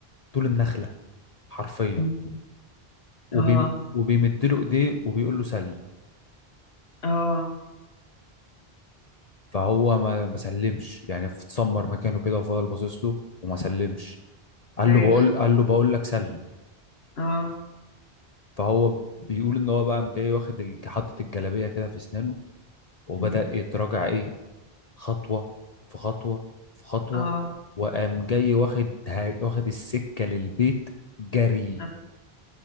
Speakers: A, on the left; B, on the left.
A: طول النخلة حرفيا
B: مم.
A: وبيم
B: اه
A: وبيمد له ايديه وبيقول له سلم
B: اه
A: فهو ما ما سلمش يعني اتسمر مكانه كده وفضل باصص له وما سلمش قال
B: خايف
A: له بقول قال له بقول لك سلم
B: اه
A: فهو بيقول ان هو بقى قام جاي واخد ال- حاطط الجلابيه كده في اسنانه وبدأ
B: مم.
A: يتراجع ايه خطوة في خطوة في خطوة
B: اه
A: وقام جاي واخد واخد السكة للبيت جري
B: اه